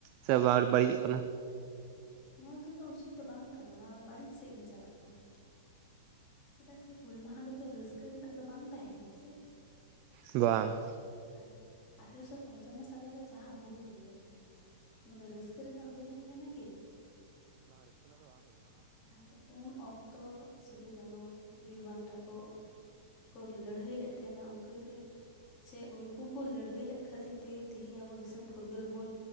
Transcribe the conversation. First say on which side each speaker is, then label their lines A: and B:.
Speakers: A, on the right; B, on the left.
A: ᱥᱮ ᱵᱟᱹᱲᱤᱡᱚᱜ ᱠᱟᱱᱟ᱾
B: ᱱᱚᱣᱟ ᱫᱚ ᱛᱚ ᱩᱪᱤᱛ ᱫᱚ ᱵᱟᱝ ᱠᱟᱱᱟ ᱱᱚᱣᱟ ᱫᱚ ᱵᱟᱹᱲᱤᱡ ᱥᱮᱫ ᱜᱮ ᱪᱟᱞᱟᱜ ᱠᱟᱱᱟ᱾ ᱪᱮᱫᱟᱜ ᱥᱮ ᱦᱩᱞ ᱢᱟᱦᱟ ᱫᱚᱛᱚ ᱨᱟᱹᱥᱠᱟᱹ ᱨᱮᱱᱟᱜ ᱫᱚ ᱵᱟᱝ ᱛᱟᱦᱮᱸ ᱠᱟᱱᱟ ᱥᱮ᱾
A: ᱵᱟᱝ᱾
B: ᱛᱟᱦᱞᱮ ᱟᱴᱷᱮᱨᱚᱥᱚ ᱯᱚᱧᱪᱟᱱᱱᱚ ᱥᱟᱞᱮᱨᱮ ᱡᱟᱦᱟᱸ ᱦᱩᱞ ᱦᱩᱭ ᱞᱮᱱ ᱛᱟᱦᱮᱱᱟ ᱚᱱᱟ ᱫᱚ ᱨᱟᱹᱥᱠᱟᱹ ᱨᱮᱱᱟᱜ ᱦᱩᱭᱞᱮᱱ ᱛᱟᱦᱮᱱᱟ ᱠᱤ? ᱵᱟᱝ ᱨᱟᱹᱥᱠᱟᱹ ᱨᱮᱱᱟᱜ ᱫᱚ ᱵᱟᱝ ᱦᱩᱭ ᱠᱟᱱᱟ᱾ ᱛᱟᱦᱞᱮ ᱩᱱ ᱚᱠᱛᱚ ᱥᱤᱫᱷᱩ ᱠᱟᱱᱩ ᱵᱤᱨ ᱵᱟᱱᱴᱟ ᱠᱚ, ᱠᱚ ᱞᱟᱹᱲᱦᱟᱹᱭ ᱞᱮᱫ ᱛᱟᱦᱮᱱᱟ ᱩᱝᱠᱤᱱ ᱠᱤᱱ ᱥᱮ ᱩᱱᱠᱩ ᱠᱚ ᱞᱟᱹᱲᱦᱟᱹᱭ ᱞᱮᱫ ᱠᱷᱟᱹᱛᱤᱨ ᱛᱮᱜᱮ ᱛᱮᱦᱮᱧ ᱟᱵᱚ ᱫᱤᱥᱚᱢ ᱯᱷᱩᱨᱜᱟᱹᱞ ᱵᱚᱱ